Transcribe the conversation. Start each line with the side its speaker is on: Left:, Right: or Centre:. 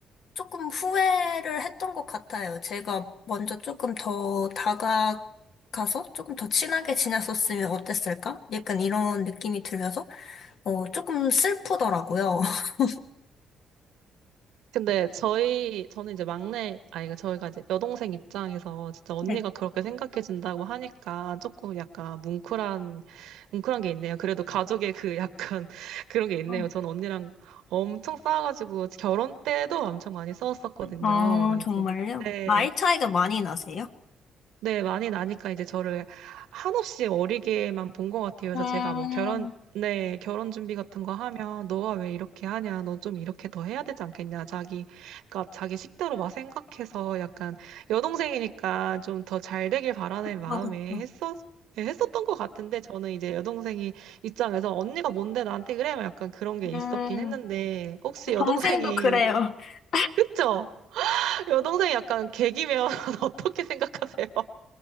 Left: 조금 후회를 했던 것 같아요. 제가 먼저 조금 더 다가가서 조금 더 친하게 지냈었으면 어땠을까? 약간 이런 느낌이 들면서, 어, 조금 슬프더라고요. <laughs>
Right: 근데 저희 저는 이제 막내 아이가 저희가 이제 여동생 입장에서 진짜 언니가
Left: 네.
Right: 그렇게 생각해준다고 하니까 조금 약간 뭉클한 뭉클한 게 있네요. 그래도 가족의 그 약간 <laughs> 그런 게 있네요.
Left: 어,
Right: 전 언니랑 엄청 싸워가지고 결혼 때도 엄청 많이 싸웠었거든요.
Left: 아, 정말요?
Right: 이제 네.
Left: 나이 차이가 많이 나세요?
Right: 네, 많이 나니까 이제 저를 한없이 어리게만 본 것 같아요. 그래서
Left: 음,
Right: 제가 뭐 결혼, 네, 결혼 준비 같은 거 하면 너가 왜 이렇게 하냐? 넌 좀 이렇게 더 해야 되지 않겠냐? 자기, 그러니까 자기 식대로 막 생각해서 약간 여동생이니까 좀 더 잘 되길 바라는 마음에
Left: 어, 그쵸.
Right: 했었, 예, 했었던 것 같은데 저는 이제 여동생이 입장에서 언니가 뭔데 나한테 그래? 약간 그런 게 있었긴
Left: 음,
Right: 했는데 혹시 여동생이,
Left: 동생도 그래요. <laughs>
Right: 그쵸? <laughs> 여동생이 약간 개기면 <laughs> 어떻게 생각하세요?